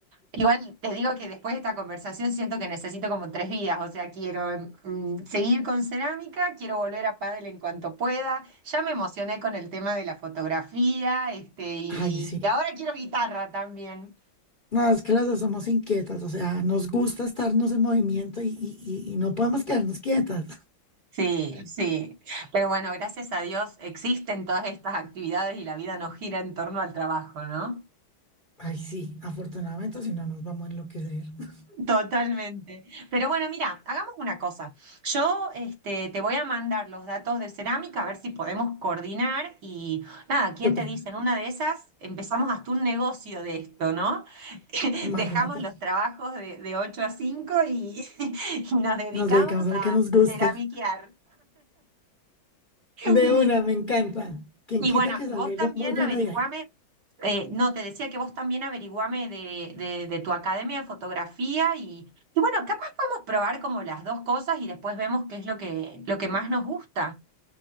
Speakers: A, on the right; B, on the left.
A: Igual te digo que después de esta conversación siento que necesito como tres vidas, o sea, quiero mm, seguir con cerámica, quiero volver a pádel en cuanto pueda. Ya me emocioné con el tema de la fotografía, este, y,
B: Ay, sí.
A: y ahora quiero guitarra también.
B: No, es que las dos somos inquietas, o sea, nos gusta estarnos en movimiento y, y- y- y no podemos quedarnos quietas.
A: Sí, sí. Pero bueno, gracias a Dios existen todas estas actividades y la vida no gira en torno al trabajo, ¿no?
B: Ay, sí, afortunadamente, si no nos vamos a enloquecer. <laughs>
A: Totalmente. Pero bueno, mira, hagamos una cosa. Yo este, te voy a mandar los datos de cerámica a ver si podemos coordinar y nada, ¿quién
B: Súper,
A: te dice? En una de esas empezamos hasta un negocio de esto, ¿no? <laughs>
B: imagínate,
A: Dejamos los trabajos de, de 8 a 5 y, <laughs> y nos dedicamos
B: nos dedicamos a
A: a
B: lo que nos gusta.
A: ceramiquear. <laughs>
B: De una, me encanta. Quien
A: Y
B: quita
A: bueno,
B: que
A: y
B: salga
A: vos
B: algo
A: también
B: muy bueno
A: averiguame,
B: de ahí.
A: eh, no, te decía que vos también averiguame de, de, de tu academia de fotografía y, y bueno, capaz podemos probar como las dos cosas y después vemos qué es lo que, lo que más nos gusta.